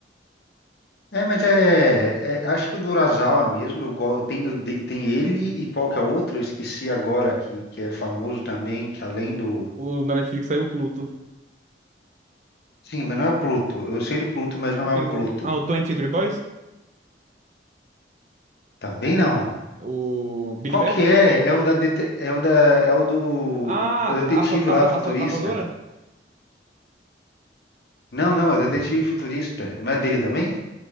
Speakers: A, on the left; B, on the right.
A: É, mas é, é, acho que o do Urasawa mesmo, eu, go- eu tenho, de- tem ele e qual que é o outro? Eu esqueci agora, que, que é famoso também, que além do...
B: O, na Netflix saiu o Pluto.
A: Sim, mas não é o Pluto. Eu sei do Pluto, mas não é
B: Tem
A: o Pluto.
B: o. Ah, o 20 Century Boys?
A: Também não.
B: O Billy
A: Qual
B: Bat?
A: que é? É o da, dete- é o da, é o do,
B: Ah,
A: da detetive
B: assa, assa,
A: lá, futurista.
B: assa- assadora?
A: Não, não, é o detetive futurista. Não é dele também?